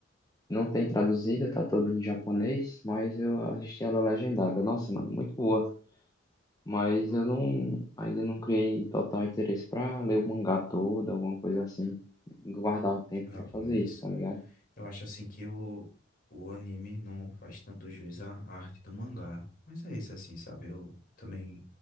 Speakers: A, on the left; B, on the left.
A: Não tem traduzida, tá toda em japonês, mas eu assisti ela legendada. Nossa, mano, muito boa. Mas eu não, ainda não criei total interesse pra ler o mangá todo, alguma coisa assim. Guardar um tempo
B: Ah,
A: pra
B: pô,
A: fazer
B: mas
A: isso, tá ligado?
B: Eu acho assim que o, o anime não faz tanto jus à à arte do mangá. Mas é isso assim, sabe? Eu também